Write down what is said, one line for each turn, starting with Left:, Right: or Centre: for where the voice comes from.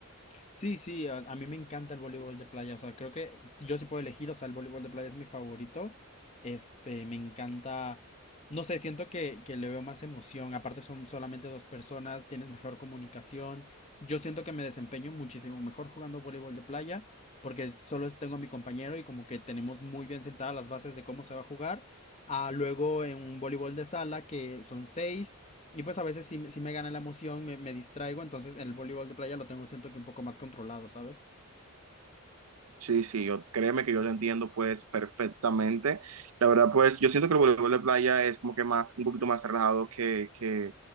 Left: Sí, sí, a, a mí me encanta el voleibol de playa, o sea, creo que si yo sí puedo elegir, o sea, el voleibol de playa es mi favorito, este, me encanta, no sé, siento que, que le veo más emoción, aparte son solamente dos personas, tienes mejor comunicación, yo siento que me desempeño muchísimo mejor jugando voleibol de playa, porque solo es- tengo a mi compañero y como que tenemos muy bien sentadas las bases de cómo se va a jugar, a luego en un voleibol de sala que son seis, y pues a veces sí, me- sí me gana la emoción, me, me distraigo, entonces en el voleibol de playa lo tengo siento que un poco más controlado, ¿sabes?
Right: Sí, sí, yo, créeme que yo lo entiendo pues perfectamente. La verdad pues yo siento que el voleibol de playa es como que más, un poquito más relajado que, que,